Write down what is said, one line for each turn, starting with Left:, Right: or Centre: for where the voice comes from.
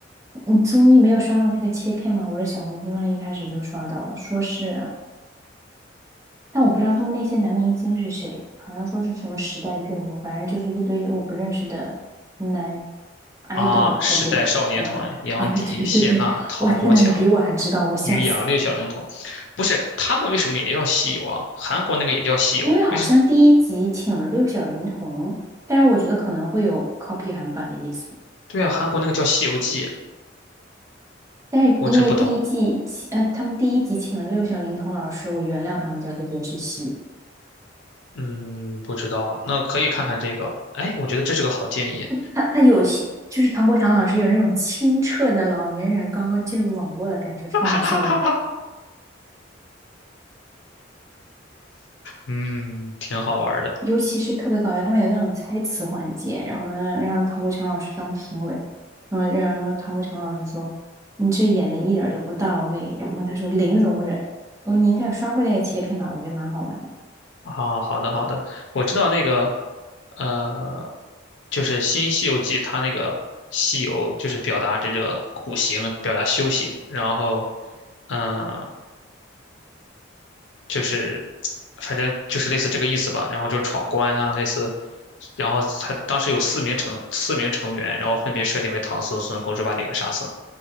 Right: 你综艺没有刷到那个切片吗？我的小红书上一开始就刷到了，说是，但我不知道他们那些男明星是谁，好像说是什么时代俊夫，反正就是一堆我不认识的男 idol
Left: 啊，时代少年团，
Right: 的脸，然后啊，
Left: 杨迪、
Right: 对对对对对，
Left: 谢娜、唐国强。
Right: 哇天呐，你比我还知道，我笑死！
Left: 鱼羊六小龄童，不是他们为什么也叫西游啊？韩国那个也叫西游，
Right: 因为好像第一集请了六小龄童，
Left: 为什？
Right: 但是我觉得可能会有 copy 韩版的意思。
Left: 对啊，韩国那个叫《西游记》，
Right: 但是因为第一季，
Left: 我真不懂。
Right: 呃，他们第一集请了六小龄童老师，我原谅他们叫这件事情。
Left: 嗯，不知道，那可以看看这个。哎，我觉得这是个好建议。
Right: 他他有其就是唐国强老师有那种清澈的老年人刚刚进入网络的感觉，超好笑的。
Left: <laughs> 哈哈哈哈，嗯，挺好玩的
Right: 尤其是特别搞笑，他们有那种猜词环节，然后呢让唐国强老师当评委，然后然后唐国强老师说你这演的一点儿都不到位，然后他说零容忍。哦，你应该有刷过那个切片吧？我觉得蛮好玩的。
Left: 啊。好的，好的，我知道那个，呃，就是《新西游记》，它那个西游就是表达这个苦行，表达修行，然后，嗯、就是反正就是类似这个意思吧。然后就闯关啊，类似，然后他当时有四名成四名成员，然后分别设定为唐僧、孙悟空、猪八戒和沙僧，